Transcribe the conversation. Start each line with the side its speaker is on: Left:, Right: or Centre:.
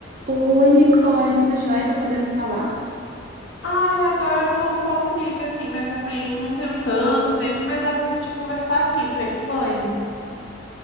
Right: Oi, Nicole, tudo jóia? Tá podendo falar?
Left: Ai, agora eu tô um pouco livre, assim, mas eu tenho, não tenho tanto tempo, mas dá pra gente conversar assim, o que é que foi?